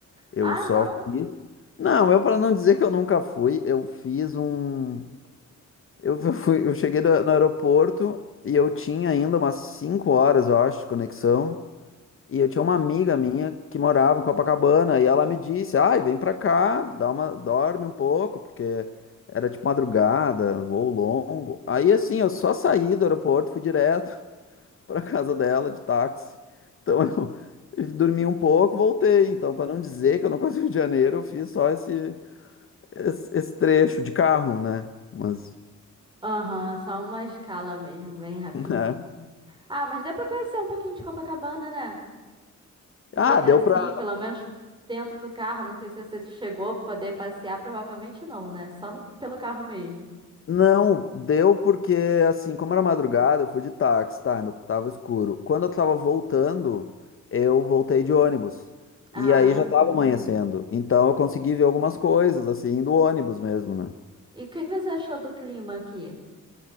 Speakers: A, on the left (about 45°); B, on the right (about 15°).
A: Eu
B: Ah,
A: só
B: não?
A: fiz. Não, eu para não dizer que eu nunca fui, eu fiz um. Eu f- fui, eu cheguei no no aeroporto e eu tinha ainda umas 5 horas, eu acho, de conexão. E eu tinha uma amiga minha que morava em Copacabana e ela me disse: "Ai, vem pra cá, dá uma, dorme um pouco, porque era tipo madrugada, voo longo". Aí assim, eu só saí do aeroporto, fui direto <laughs> pra casa dela de táxi. Então eu <laughs> eu dormi um pouco, voltei. Então, pra não dizer que eu não conheço o Rio de Janeiro, eu fiz só esse esse, esse trecho de carro, né? Mas
B: Aham, só uma escala mesmo, bem rapidinho.
A: <laughs> é.
B: Ah, mas deu pra conhecer um pouquinho de Copacabana, né? Ver
A: Ah,
B: assim,
A: deu pra
B: pelo menos dentro do carro. Não sei se você chegou a poder passear, provavelmente não, né? Só no- pelo carro mesmo.
A: Não, deu porque, assim, como era madrugada, eu fui de táxi, tá? Ainda tava escuro. Quando eu tava voltando, eu voltei de ônibus.
B: Ah,
A: E aí já tava Ah, amanhecendo. Então eu consegui ver algumas coisas, assim, do ônibus mesmo, né?
B: e o que que você achou do clima aqui?